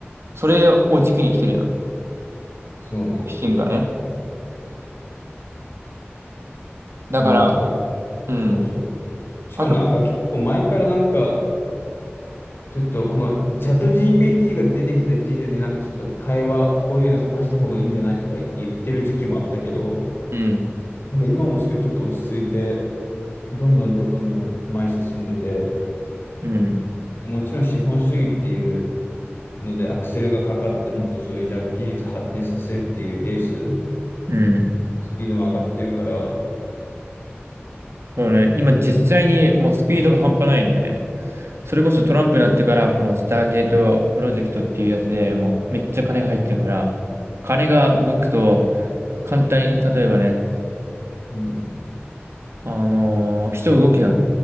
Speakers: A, on the right; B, on the left.
A: それを軸に来てるやん。
B: そうね。
A: 好奇心がね。だから、
B: まあ、あ、
A: うん。
B: そうそう。しかもなんか結構前からなんか、
A: あと
B: ちょっとこのチャット GPT が出てきた時点でなんかちょっと会話こういうの話した方がいいんじゃないとか言ってる時期もあったけど、
A: うん
B: なんか今もそれちょっと落ち着いて、どんどんどんどん前に進んでて、
A: うん。
B: もちろん資本主義っていうのでアクセルがかかってもっとそういうじゃあ技術発展させるっていうレース、
A: うん。
B: スピードも上がってるから、
A: もうね、今実際にもうスピードが半端ないんだよね。それこそトランプになってから、このスターゲートプロジェクトっていうやつでもうめっちゃ金が入ってるから、金が動くと簡単に、例えばね、
B: うん、
A: あのー人動くやん。